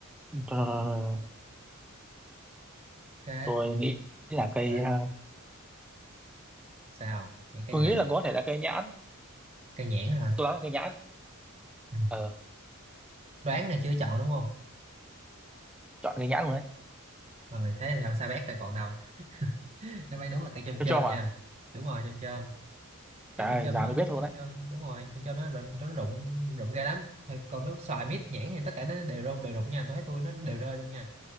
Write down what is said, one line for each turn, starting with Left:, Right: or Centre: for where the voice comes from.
Centre: ờ
Right: ok
Centre: tôi nghĩ là cây
Right: tôi lại
Centre: ờ,
Right: sao những cây
Centre: tôi nghĩ
Right: gì
Centre: là có thể là cây nhãn
Right: cây nhãn hả
Centre: tôi đoán là cây nhãn
Right: ừ.
Centre: ờ
Right: đoán là chưa chọn đúng không
Centre: chọn cây nhãn luôn đấy
Right: mà mày thế thì không sao bét rồi còn đâu <laughs> đáp án đúng là cây chôm
Centre: tôi
Right: chôm
Centre: cho mà
Right: nha đúng rồi chôm chôm kiểu
Centre: trời
Right: chôm
Centre: ơi
Right: chôm
Centre: già
Right: nó
Centre: mới biết luôn
Right: chôm
Centre: đấy
Right: chôm đúng rồi chôm chôm nó rụng nó rụng rụng ghê lắm Thôi, còn nếu xoài mít nhãn thì tất cả nó đều rơi đều rụng nha tôi thấy tôi nó đều rơi luôn nha